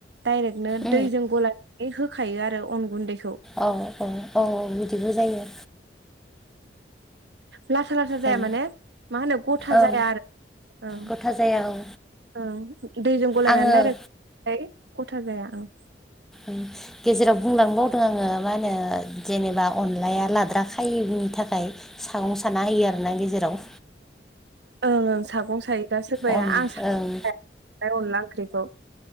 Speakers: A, on the right; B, in the centre.
A: डाइरेक्टनो
B: ओ
A: दैजों गलायनानै होखायो आरो अन गुन्दैखौ।
B: औ औ औ औ बिदिबो जायो।
A: लाथा लाथ्रा जाया
B: ओं
A: माने मा होनो गथा
B: ओं
A: जाया आरो औ
B: गथा जाया औ
A: ओं दैजों गलायनानै
B: आङो
A: डाइरेक्टाय गथा जाया ओं।
B: ओं गेजेराव बुंलांनोबावदों आङो मा होनो जेनेबा अनलाया लाद्रा खायैनि थाखाय सागं साना होयो आरो ना गेजेराव
A: ओं ओं सागं सायो दा सोरबाया
B: अन ओं
A: आं स
B: ओं
A: सायाय अनला ओंख्रिखौ